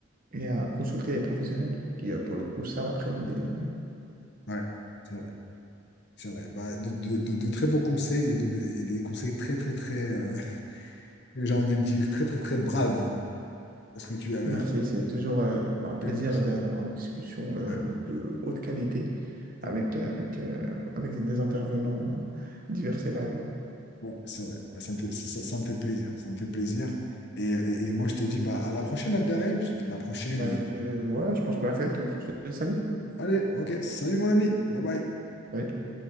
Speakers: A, on the right (about 45°); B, on the left (about 55°).
A: et à consulter les professionnels qui, euh, pour le coup, savent appréhender. euh,
B: Ouais, c'est vrai. C'est vrai. Bah, de, de- de- de très beaux conseils et, de, de- et des conseils très, très, très. euh, <laughs> j'ai envie de dire très, très, très braves. Parce que tu as.
A: Merci, c'est toujours euh, un plaisir
B: t'es une personne.
A: de- d'avoir une discussion euh,
B: Ouais.
A: de haute qualité avec,
B: ouais.
A: avec, euh, avec des intervenants euh, divers et variés.
B: Ouais, c'est vrai. Bah, ça me fait, ça, ça- ça me fait plaisir. Ça me fait plaisir. Et, et, et moi, je te dis bah, à la prochaine, Abderrahim. Je te dis à la prochaine.
A: Bah,
B: Et
A: je, te- voilà, je pense qu'on a fait le tour. Je te salue.
B: allez, ok. Salut, mon ami. Bye bye.
A: Salut.